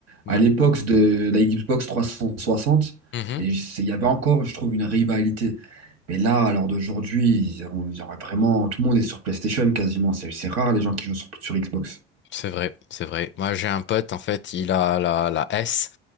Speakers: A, on the left; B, on the right.
A: ouais.
B: À l'époque de la Xbox 360,
A: Mhm.
B: et c'est- il y avait encore, je trouve, une rivalité. Mais là, à l'heure d'aujourd'hui, on dirait vraiment, tout le monde est sur PlayStation quasiment. C'est c'est rare les gens qui jouent sur, sur Xbox.
A: C'est vrai, c'est vrai. Moi, j'ai un pote, en fait, il a la, la S.